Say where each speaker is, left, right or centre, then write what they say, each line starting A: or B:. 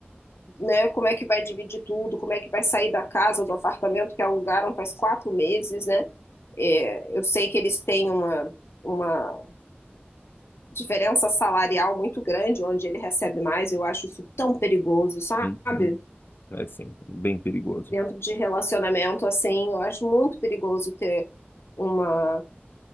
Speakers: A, on the left; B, on the left.
A: né? Como é que vai dividir tudo? Como é que vai sair da casa, do apartamento que alugaram faz quatro meses, né? É, eu sei que eles têm uma, uma diferença salarial muito grande, onde ele recebe mais. Eu acho isso tão perigoso, sabe?
B: Hum. Uhum. É sim, bem perigoso.
A: Dentro de relacionamento, assim, eu acho muito perigoso ter uma